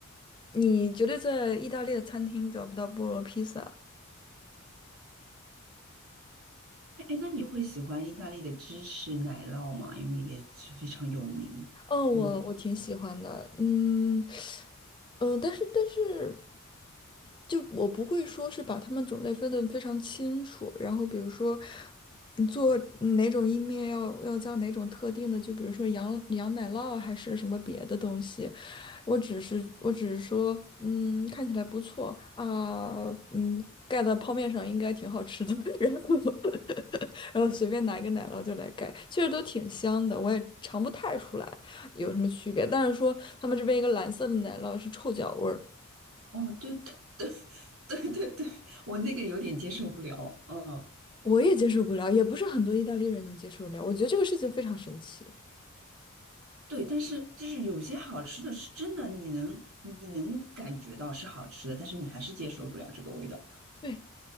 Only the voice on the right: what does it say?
哎，那你会喜欢意大利的芝士奶酪吗？因为也是非常有名。
嗯，
哦，对对对对对，我那个有点接受不了。嗯，
对，但是就是有些好吃的是真的，你能你能感觉到是好吃的，但是你还是接受不了这个味道。